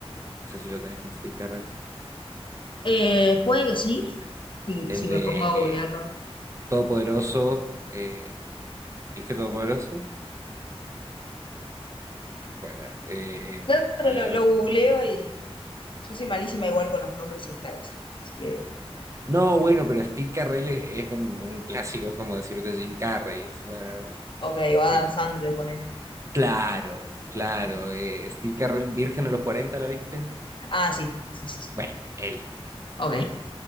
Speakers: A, on the right (about 30°); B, on the left (about 55°).
A: no sé si lo tenés a Steve Carrell,
B: Eh, puede que sí, si,
A: el
B: si me
A: de
B: pongo a googlearlo.
A: eh, Todopoderoso, eh, ¿viste Todopoderoso? Bueno, eh,
B: No, no,
A: a
B: pero
A: ver.
B: lo, lo googleo y yo soy malísima igual con los nombres y las caras. Así que,
A: No, bueno, pero Steve Carrell es, es un, un clásico, es como decirte Jim Carrey, o sea,
B: ok, o Adam
A: eh,
B: Sandler, ponele.
A: claro, claro,
B: Ok.
A: eh, Steve Carrell, Virgen a los 40, ¿la viste?
B: Ah, sí, sí, sí. sí.
A: Bueno, él.
B: Ok,